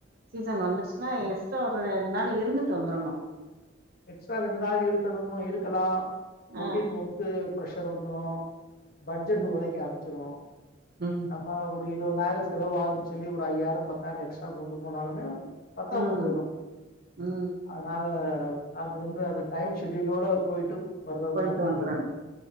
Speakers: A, on the right (about 50°); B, on the left (about 50°).
A: சீசன் வந்துருச்சுன்னா எக்ஸ்டா ஒரு ரெண்டு நாள் இருந்துட்டு வந்துரணு
B: எக்ஸ்ட்ரா ரெண்டு நாள் இருக்கணுமோ இருக்கலா ரொட்டீன்
A: ஆ
B: ஒர்க்கு ப்ரெஷர் வந்துரு பட்ஜெட்
A: ம்
B: உதைக்க ஆரம்பிச்ரு
A: ம்
B: நம்ம ஒரு இருபதாயிரோ செலவு ஆகுதுன் சொல்லி ஒரு ஐயாயிரம் பத்தாயிரம் எக்ஸ்ட்ரா கொண்டு போனாலுமே பத்தாம
A: ம்
B: போயிரு
A: ம்
B: அனால அது வந்து அது டைம் ஷெடியூலோட போயிட்டு வர்ற
A: போயிட்டு
B: மாரிதா
A: வந்துரணு
B: இருக்கு